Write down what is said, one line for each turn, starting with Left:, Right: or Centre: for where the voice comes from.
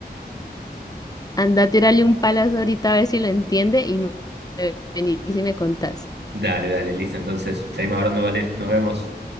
Left: Anda, tírale un palazo ahorita a ver si lo entiende y me venís y me contás.
Right: Dale, dale, listo, entonces, seguimos hablando, vale, nos vemos.